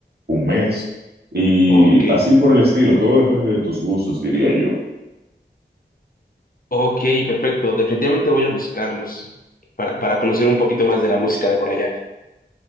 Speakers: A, on the right; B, on the left.
A: un mes, y
B: ok,
A: así por el estilo, todo depende de tus gustos, diría yo.
B: ok, perfecto. Definitivamente voy a buscarlos para, para conocer un poquito más de la música de por allá.